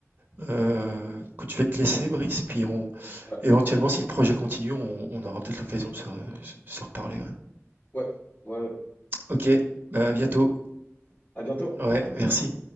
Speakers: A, on the right; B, on the left.
A: Heu, écoute, je vais te laisser Brice, puis on
B: Ouais,
A: éventuellement, si le projet continue, on on aura peut-être l'occasion de se se reparler, ouais.
B: ouais, ouais.
A: OK, ben à bientôt.
B: À bientôt.
A: Ouais, merci.